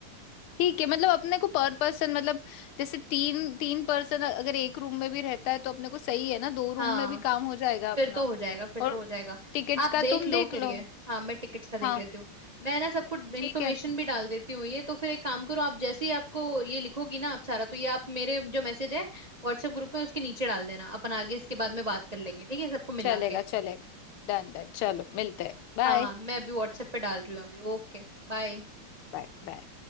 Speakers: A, on the left; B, on the right.
A: ठीक है मतलब अपने को पर पर्सन मतलब जैसे तीन तीन पर्सन अगर एक रूम में भी रहता है तो अपने को सही है ना दो रूम
B: हाँ
A: में भी काम हो जाएगा अपना
B: फिर तो हो जाएगा फिर
A: और
B: तो हो जाएगा
A: टिकट्स
B: आप
A: का
B: देख
A: तुम
B: लो
A: देख
B: फिर
A: लो
B: ये हाँ मैं टिकट्स का देख
A: हाँ
B: लेती हूँ मैं ना सबको इन्फॉर्मेशन
A: ठीक है
B: भी डाल देती हूँ ये तो फिर एक काम करो आप जैसे ही आपको ये लिखोगी ना आप सारा तो ये आप मेरे जो मैसेज है व्हाट्सएप ग्रुप में उसके नीचे डाल देना अपन आगे इसके बाद में बात कर लेंगे ठीक है सबको मिला
A: चलेगा
B: के
A: चलेगा डन डन चलो मिलते हैं बाय
B: हाँ हाँ मैं अभी व्हाट्सएप पे डाल रही हूँ अभी ओके बाय
A: बाय बाय